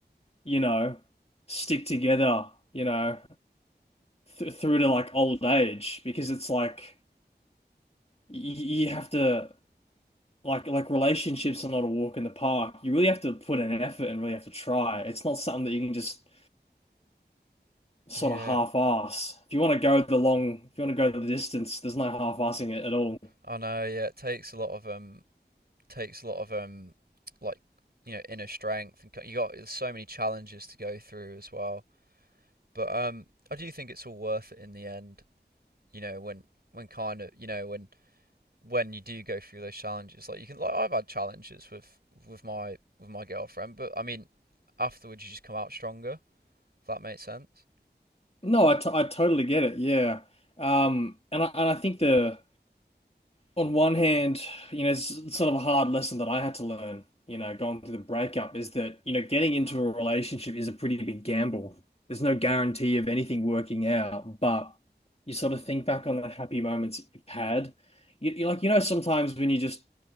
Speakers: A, on the left; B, on the right.
A: you know stick together, you know, th through to like old age because it's like y you have to like like relationships are not a walk in the park. You really have to put in an effort and really have to try. It's not something that you can just sort
B: Yeah,
A: of half-ass. If you want to go the long, if you want to go the distance, there's no half-assing it at all.
B: I know. Yeah, it takes a lot of um, takes a lot of um, like you know, inner strength, and you got there's so many challenges to go through as well. But um, I do think it's all worth it in the end. You know, when when kind of you know when when you do go through those challenges, like you can like I've had challenges with with my with my girlfriend, but I mean afterwards you just come out stronger, if that makes sense.
A: No, I, t I totally get it. Yeah. Um, and I, and I think the on one hand, you know, it's sort of a hard lesson that I had to learn, you know, going through the breakup is that, you know, getting into a relationship is a pretty big gamble. There's no guarantee of anything working out, but you sort of think back on the happy moments you've had. You, you like, you know, sometimes when you just